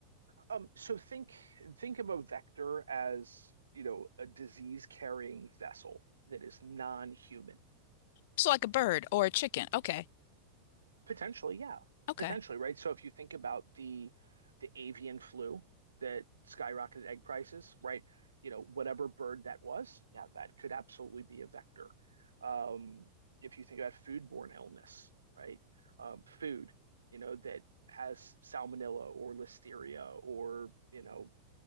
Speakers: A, on the right; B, on the left.
A: Um, so think think of a vector as, you know, a disease-carrying vessel that is non-human.
B: So, like a bird or a chicken. Okay.
A: Potentially, yeah.
B: Okay.
A: Potentially, right? So if you think about the the avian flu that skyrocketed egg prices, right? You know, whatever bird that was, yeah, that could absolutely be a vector. Um, if you think about foodborne illness, right? Um, food, you know, that has salmonella or listeria or, you know,